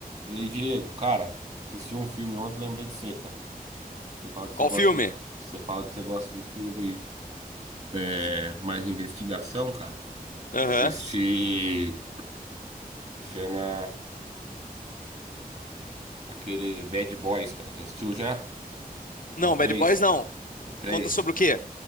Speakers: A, on the right; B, on the left.
A: E aí, Diego, cara, assisti um filme ontem, lembrei de você, cara. Você fala que
B: Qual
A: você gosta
B: filme?
A: de, você fala que você gosta de filme é, mais de investigação, cara.
B: Aham.
A: Assisti, chama aquele Bad Boys, cara. Você assistiu já?
B: Não,
A: O 3,
B: Bad Boys não.
A: O 3.
B: Conta sobre o quê?